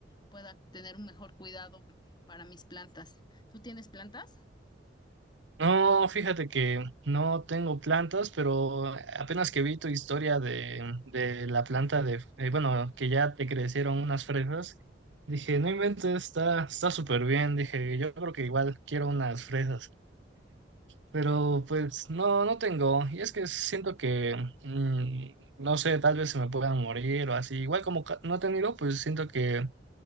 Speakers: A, on the left (about 25°); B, on the right (about 80°).
A: pueda tener un mejor cuidado para mis plantas. ¿Tú tienes plantas?
B: No, fíjate que no tengo plantas, pero apenas que vi tu historia de, de la planta de, eh, bueno, que ya te crecieron unas fresas, dije, no inventes, está, está súper bien, dije, yo creo que igual quiero unas fresas, pero pues no, no tengo, y es que siento que, mm, no sé, tal vez se me puedan morir o así, igual como ca- no he tenido, pues siento que